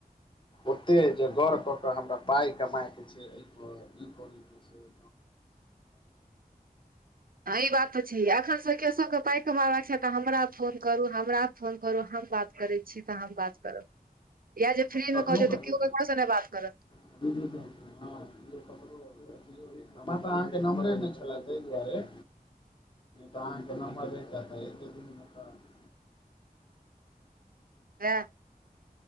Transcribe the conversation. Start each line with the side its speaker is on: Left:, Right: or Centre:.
Left: ओते जे गौर कऽ कऽ हमरा पाइ कमाके छै अइ पर ई करैके छै <inaudible>
Right: इ बात तऽ छैय, अखन सब के सब के पाइ कमाबाक छै, तऽ हमरा फोन करु, हमरा फोन करु, हम बात करै छी तऽ हम बात करब, यएह जे फ्री मे
Left: तखनो
Right: क देतै
Left: करियै
Right: तऽ केओ ककरोसँ नै बात करत।
Left: <inaudible> हमरा तऽ अहाँके नम्बरे नै छेला, तै दुआरे। अहाँके नम्बर रहैता त <inaudible>
Right: <unintelligible>